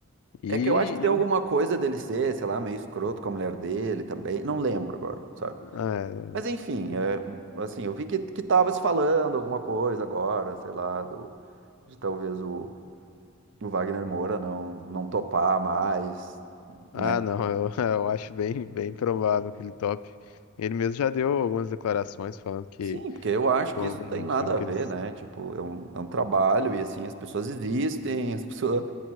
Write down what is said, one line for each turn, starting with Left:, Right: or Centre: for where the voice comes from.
Left: E,
Right: É que eu acho que tem
Left: e
Right: alguma
Left: um.
Right: coisa dele ser, sei lá, meio escroto com a mulher dele também. Não lembro agora, sabe?
Left: Ah,
Right: Mas enfim,
Left: é.
Right: é, assim, eu vi que, que tava se falando alguma coisa agora, sei lá, do, de talvez o o Wagner Moura não, não topar mais,
Left: ah,
Right: né?
Left: não, eu, <laughs> eu acho bem, bem provável que ele top. Ele mesmo já deu algumas declarações falando que.
Right: Sim, porque eu acho
Left: Pô,
Right: que isso
Left: um
Right: tem nada
Left: filme que
Right: a ver,
Left: eles.
Right: né? Tipo, é um, é um trabalho e assim, as pessoas existem, as pessoas,